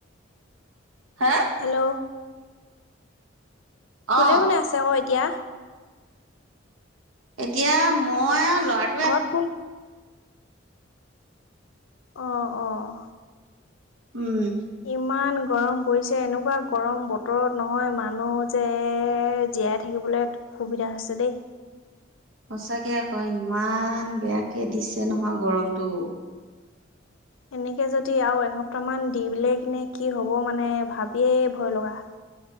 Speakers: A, on the right; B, on the left.
A: হা?
B: হেল্ল'। কোনে
A: অ
B: কোনে আছে আকৌ এতিয়া?
A: এতিয়া মই আৰু ল
B: ঘৰত কোন অ', অ'।
A: উম।
B: ইমান গৰম পৰিছে এনেকুৱা গৰম বতৰত নহয় মানুহ যে জীয়াই থা থাকিবলৈ সুবিধা হৈছে দেই।
A: সঁচাকে আকৌ ইমান বেয়াকে দিছে নহয় গৰমটো।
B: এনেকে যদি আৰু এসপ্তাহ মান দিবিলে কিনে কি হ'ব মানে ভাবিয়েই ভয় লগা।